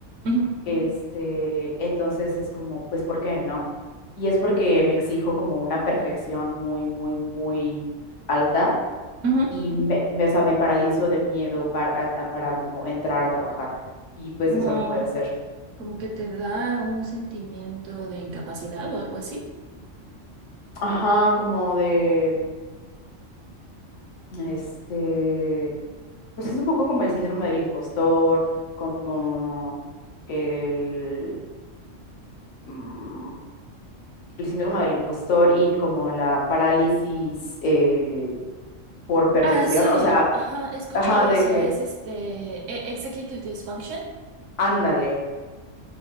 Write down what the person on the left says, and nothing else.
Este, entonces es como, pues, ¿por qué no? Y es porque me exijo como una perfección muy, muy, muy alta
y Ujú. me, me- o sea, me paralizo de miedo para, a- para como entrar a trabajar. Y pues
eso no puede ser.
Ajá, como de, este, pues es un poco como el síndrome del impostor, como el, mm, el síndrome del impostor y como la parálisis eh, por perfección.
O sea,
ajá,
de que,
ándale.